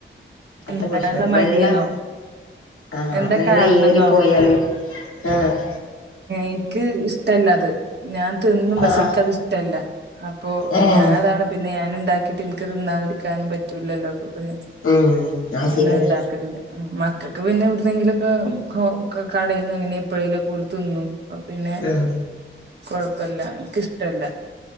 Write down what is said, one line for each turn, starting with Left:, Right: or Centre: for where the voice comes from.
Left: അത്ര
Right: ഇണ്ടാക്കാനുള്ള
Left: പ്രശ്‌നം ഒള്ളു.
Right: മടിന്നോ
Left: വെള്ളം ആഹ്
Right: എന്താ
Left: വെള്ളം
Right: കാരണംന്നോ
Left: ഏറിപ്പോയാലോ ആഹ്
Right: ഇൻക്ക് ഇഷ്ടല്ല അത്. ഞാൻ തിന്നും പക്ഷെ
Left: ആഹ്
Right: എനിക്ക് അത് ഇഷ്ടല്ല. അപ്പൊ
Left: ഏഹ്
Right: ഞാനതാണ്. പിന്നെ ഞാൻ ഉണ്ടാക്കിട്ട് ഇൻക്ക് തിന്നാതിരിക്കാൻ പറ്റൂലല്ലോ. അപ്പോ പിന്നെ
Left: ഉം അത്
Right: ഞാനത്
Left: ശരിയാണ്
Right: ഇണ്ടാ ക്കൽല്ല. മക്കക്ക് പിന്നെ എവിട്ന്നെങ്കിലൊക്കെ കടേന്ന് എങ്ങനെ എപ്പഴേലൊക്കെ ഓല് തിന്നും. അപ്പ പിന്നെ
Left: ഉം
Right: കൊഴപ്പല്ല. ഇൻക്ക് ഇഷ്ടല്ല.